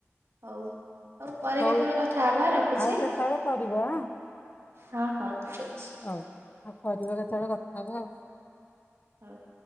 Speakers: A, on the right; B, on the left.
A: ହୋଉ ହୋଉ ପରେ
B: ହଉ
A: କେତେବେଳେ କଥା ହବା ରଖୁଚି।
B: ଆଉ କେତେବେଳେ କରିବ ଆଁ
A: ହଁ ହୋଉ। ଠିକ୍ ଅଛି।
B: ହଉ ଆଉ କରିବା କେତେବେଳେ କଥା ହବ ଆଉ।
A: ହୋଉ।